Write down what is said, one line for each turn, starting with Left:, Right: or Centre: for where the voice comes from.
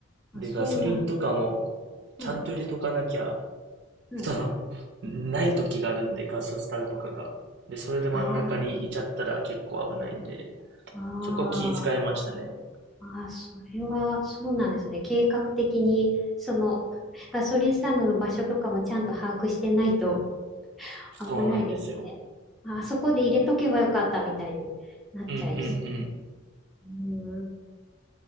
Centre: あ、
Right: で、
Centre: そうなん。
Right: ガソリンとかも、ちゃんと入れとかなきゃ、
Centre: はい。はい。
Right: その、ない時があるんで、ガソスタとかが。で、それで真ん中にいちゃったら結構危ないんで、
Centre: ああ。あー
Right: そこは気使いましたね。
Centre: あー、それはそうなんですね。計画的に、その、ガソリンスタンドの場所とかもちゃんと把握してないと危ないですね。
Right: そうなんですよ。
Centre: ああそこで入れとけばよかったみたいになっちゃいそう。
Right: うんうんうん。
Centre: う